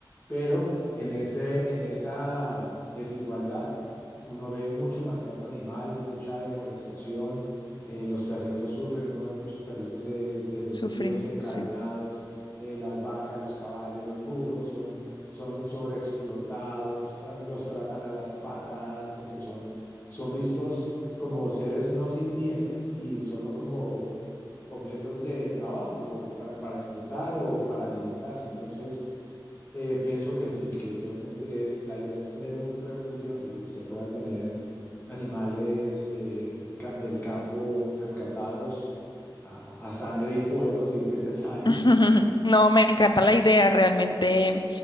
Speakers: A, on the left; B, on the left.
A: Pero en ese, en esa desigualdad uno ve mucho maltrato animal, mucha deforestación, eh, los perritos sufren, uno ve muchos perritos eh, desnutridos,
B: sufriendo.
A: encadenados,
B: sí.
A: eh, las vacas, los caballos, los burros son son sobreexplotados, tra los tratan a las patadas porque son, son vistos como seres no sintientes y solo como objetos de trabajo eh, para, para explotar o para alimentarse. Entonces, eh, pienso que sí, que yo tendré, eh, la idea es tener un refugio donde yo- se pueda tener animales eh, ca del campo rescatados a, a sangre y fuego si es necesario.
B: <laughs> No, me encanta la idea, realmente.